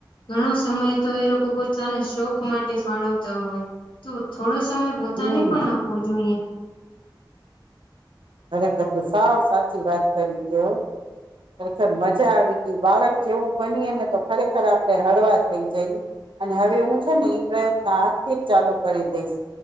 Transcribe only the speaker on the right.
હમ
ખરેખર તેય સાવ સાચી વાત કરી તે હા, ખરેખર મજા આવી ગઈ બાળક જેવું બનીય ને તો ખરેખર આપણેે હળવા થઈ જઈએ અને હવે હું છે ને એ પ્રયત્ન આજથી જ ચાલુ કરી દઈશ